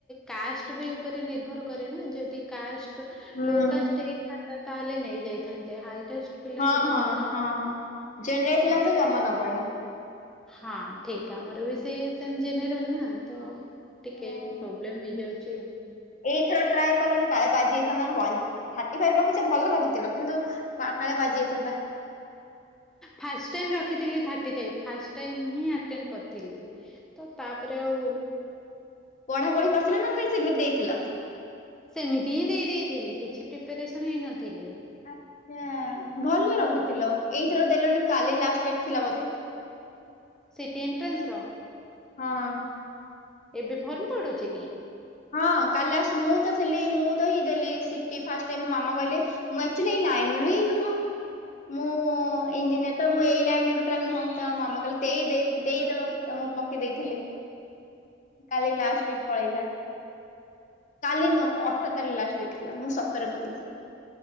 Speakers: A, in the centre; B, on the left (about 40°).
A: କାଷ୍ଟ ବି ଉପରେ ନିର୍ଭର କରେ। ନା ଯଦି କାଷ୍ଟ ତ
B: ହୁଁ
A: ଲୋକାଷ୍ଟ ହେଇଥାନ୍ ତ ତାହେଲେ ନେଇଯାଇଥାନ୍ତେ ହାଇ କାଷ୍ଟ ପିଲାଙ୍କୁ
B: ହଁ
A: ତ
B: ହଁ
A: ନଉନାହାନ୍ତି।
B: ହଁ ଜେନେରାଲ ପିଲାଙ୍କୁ
A: ହଁ
B: ତ ଜମା ନବନି।
A: ହଁ ଠିକ ଆମର ବି ସେଇ ସେମ ଜେନେରଲ ନା ତ ଟିକେ
B: ହଁ।
A: ପ୍ରୋବ୍ଲେମ୍ ହେଇଯାଉଛି। ଚିନ୍
B: ଏଇଥର ଟ୍ରାଏ କଲନି କାଳେ ବାଜିଯାଇଥାନ୍ତା। ବଇଁ ଥାର୍ଟିଫାଇଭ ରଖିଛ ଭଲ ରଖିଥିଲ। କିନ୍ତୁ କ କାଳେ ବାଜି ଯାଇଥାନ୍ତା।
A: ଫାଷ୍ଟ ଟାଇମ ରଖିଥିଲି ଥାର୍ଟୀଫାଇଭ ଫାଷ୍ଟ ଟାଇମ୍ ହିଁ ଆଟେନ୍ କରିଥିଲି। ତ ତାପରେ ଆଉ।
B: ପଢା ପଢି କରିଥିଲା ନା ନାଇଁ ସେମିତି ଦେଇଥିଲ।
A: ସେମିତି ହିଁ ଦେଇ ଦେଇଥିଲି କିଛି ପ୍ରିପାରେସନ ହେଇନଥିଲି।
B: ଆଚ୍ଛା ଭଲ ରଖିଥିଲ ଏଇଥର ଦେଲଣି କାଲି ଲାଷ୍ଟ ଡେଟ ଥିଲା ବୋଧେ।
A: ସିଟି ଏଣ୍ଟ୍ରେନ୍ସ ର।
B: ହଁ।
A: ଏବେ ଫର୍ମ ପଡୁଛି କି।
B: ହଁ କାଲି ଆସ ମୁଁ ତ ଥିଲି ମୁଁ ତ ହିଁ ଦେଲି ସିଟି ଫାଷ୍ଟ ଟାଇମ୍ ମାମା କହିଲେ ମୁଁ ଏକ୍ଟୁଆଲି ଏଇ ଲାଇନର ହିଁ ନୁହଁ। ମୁଁ ଇଜିନିୟର ତ ଏଇ ଲାଇନରେ ଟୋଟାଲ ନୁହଁ। ତ ମାମା କହିଲ ଦେଇଦେ ଦେଇଦବା ମୁଁ ପକେଇ ଦେଇଥିଲି। କାଲି ଲାଷ୍ଟ ଡେଟ୍ ପଳେଇଲା। କାଲି ନୁହଁ ଅଠର ତାରିଖ। ଲାଷ୍ଟ ଡେଟ୍ ଥିଲା ମୁଁ ସତରରେ ପକେଇଥିଲି।